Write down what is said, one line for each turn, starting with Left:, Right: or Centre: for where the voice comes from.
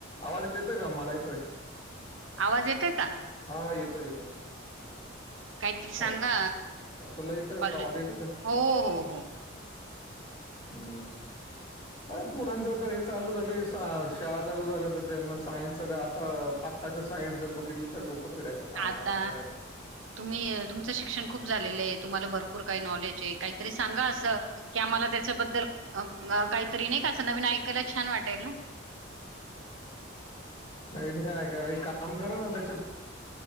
Left: आवाज येतय ग मला येतोय.
Right: आवाज येतोयका?
Left: हा येतोय येतोय
Right: काहीतरी सांगा,
Left: हॅल तुला येतं का
Right: कल
Left: आवाज येतं का?
Right: हो हो हो
Left: हम्म. काय पोरांच तर हे चालू झाले, शाळा चालू झाल्या तर त्यांना सायन्सच आता आता सायनस जर बघितलं तर डोकं फिरायचं काम
Right: आता
Left: आहे असं सायन्स
Right: तुम्ही अ, तुमचं शिक्षण खूप झालेलं आहे तुमला भरपूर का नॉलेज आहे काही सांगा अस की आम्हाला त्याच्याबद्ल काहीतरी नाही का काहीतरी नवीन ऐकायला छान वाटेल ना
Left: म का का काम करा ना त्याच्या,